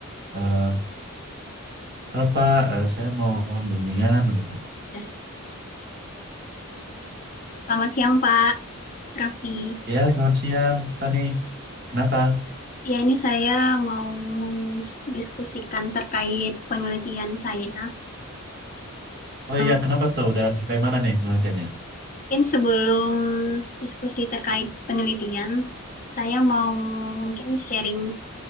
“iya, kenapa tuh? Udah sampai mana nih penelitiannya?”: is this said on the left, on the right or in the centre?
Right